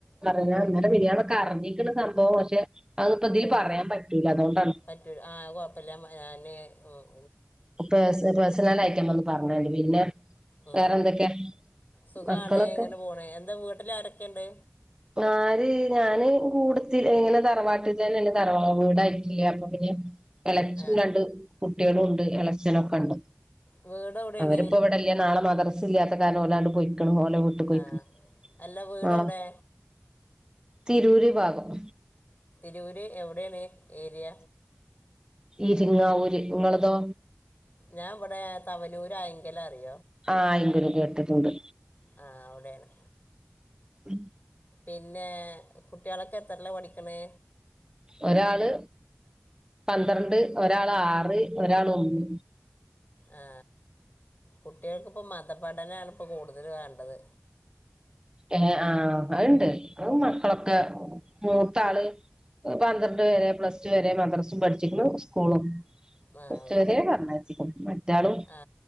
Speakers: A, on the right; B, on the left.
A: പറഞ്ഞാ ഇന്നലെ ബിരിയാണൊക്കെ അറിഞ്ഞിരിക്കണ സംഭവമാ പക്ഷെ അതിപ്പോ
B: അതെ
A: ഇതില് പറയാൻ പറ്റൂല അതുകൊണ്ടാണ്
B: പറ്റൂല്ല ആ കൊയപ്പില്ല ഞാനെ ഉം
A: പേ പേഴ്സണലായിട്ടെ ഞാൻ വന്നെ പറഞ്ഞണ്ട് പിന്നെ
B: ഉ
A: വേറെ എന്തൊക്കെയാ
B: സുഖാണേ
A: മക്കളൊക്കെ
B: ഇങ്ങനെ പോണേ എന്താ വീട്ടില് ആരൊക്കെയുണ്ട്
A: ആരേ ഞാനെ കൂടത്തിലിങ്ങനെ തറവാട്ടിൽ തന്നെ അങ്ങെ തറവാ വീടായിട്ടില്ലേ അപ്പൊ പി എളച്ചും
B: ആ
A: രണ്ട് കുട്ടികളും ഉണ്ട് എ ളച്ചനൊക്കെണ്ട്
B: വീട് എവിടെയാണ്
A: അവരിപ്പോ ഇവിടെല്ല നാളെ മദ്രസ് ഇല്ലാത്ത കാരണം ഒരാണ്ട് പോയി ഓലെ വീട്ടിക്ക്
B: ആ
A: പ്പോയി
B: അല്ല വീട്
A: ആ
B: എവിടെ
A: തിരൂര് ഭാഗം
B: തിരൂർ ര് എവിടെയാണ് ഏരിയ
A: ഇരിങ്ങാവൂര് നിങ്ങളതോ
B: ഞാൻ ഇവിടെ തവനൂര് ആയെങ്കിലറി
A: ആ ആയിങ്കരു കേട്ടിട്ടുണ്ട്
B: ആ അവിടെയാണ്
A: ഉം
B: പിന്നെ കുട്ടികളൊക്കെ എത്രിലാ പഠിക്കണ്
A: ഒരാള് പന്ത്രണ്ട് ഒരാളെ ആറ് ഒരാളെ ഒന്ന്
B: ആ കുട്ടികൾക്കിപ്പോ മത പഠനാണിപ്പോ കൂടുതലു വേണ്ടത്
A: ഏ ആ അയുണ്ട് അതു മക്കളൊക്കെ മൂത്താള് പന്ത്രണ്ട് വരെ പ്ലസ് ടു വരെ മദ്രസും പഠിച്ചിരിക്കുന്നു സ്കൂളും
B: ആ
A: ഉച്ച
B: അതെ
A: വരേ പറഞ്ഞയച്ചും മറ്റാളും
B: ആ